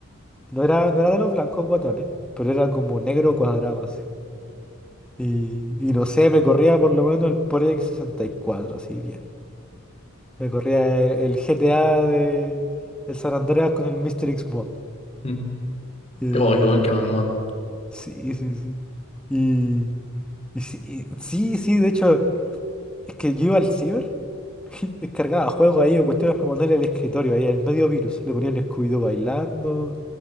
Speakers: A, in the centre; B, on the left.
A: No era, no era de los blancos guatones, pero era como negro cuadrado así. Y, y no sé, me corría por lo menos el Project 64, así bien. Me corría el, el GTA de el San Andreas con el Mr. X mod.
B: Mm.
A: Eh,
B: Oh, qué buen, qué buen mod.
A: sí, sí, sí. Y, y sí, y- sí, sí, de hecho, Es que yo iba al ciber, <laughs> descargaba juegos ahí o cuestiones para ponerle el escritorio ahí, el medio virus. Le ponía un Scooby-Doo bailando,